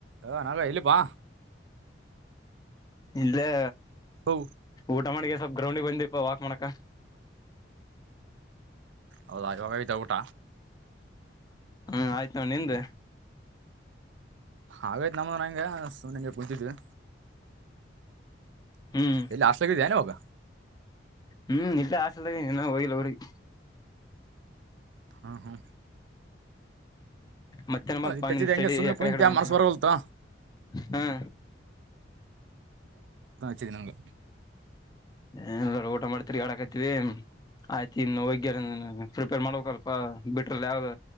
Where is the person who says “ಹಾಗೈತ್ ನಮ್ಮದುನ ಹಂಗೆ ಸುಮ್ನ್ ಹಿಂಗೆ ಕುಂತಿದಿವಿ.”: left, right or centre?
Right